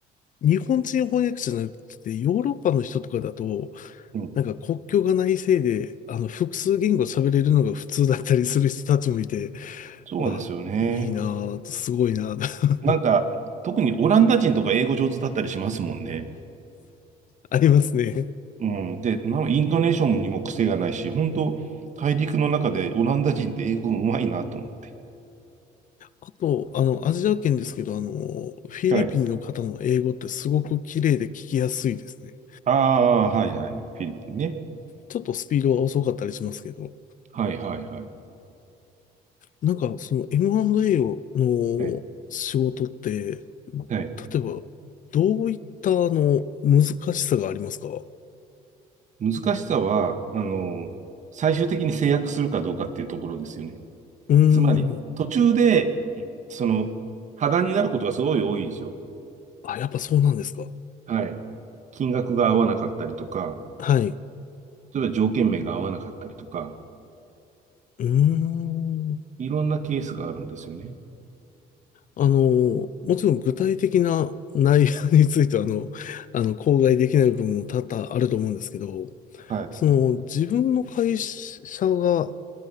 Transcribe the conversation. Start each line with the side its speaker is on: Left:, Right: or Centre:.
Left: 日本人翻訳者じゃなくて、ヨーロッパの人とかだと、
Right: うん
Left: なんか国境がないせいで、あの、複数言語喋れるのが普通だったりする人たちもいて、
Right: そうですよね。
Left: あ、いいなぁ、すごいなぁ、<laughs>
Right: なんか、特にオランダ人とか英語上手だったりしますもんね。
Left: ありますね。
Right: うん。で、なんかイントネーションにも癖がないし、本当大陸の中でオランダ人って英語うまいなと思って。
Left: あと、あの、アジア圏ですけど、あの、フィリピンの方の英語ってすごく綺麗で聞きやすいですね。
Right: はい。ああ、はいはい。フィリピンね。
Left: ちょっとスピードは遅かったりしますけど、
Right: はいはいはい。
Left: なんかその M&A をの仕事って、
Right: はい。
Left: 例
Right: はい。
Left: えば、どういったあの、難しさがありますか
Right: 難しさは、あの、最終的に制約するかどうかっていうところですよね。
Left: うーん。
Right: つまり、途中で、いその、破談になることがすごい多いんですよ。
Left: あ、やっぱそうなんですか。
Right: はい。金額が合わなかったりとか、
Left: はい。
Right: 例えば条件名が合わなかったりとか、
Left: うーん。
Right: いろんなケースがあるんですよね。
Left: あの、もちろん具体的な内容については、あの、あの、口外できない部分も多々あると思うんですけど、
Right: はい。
Left: その自分の会社が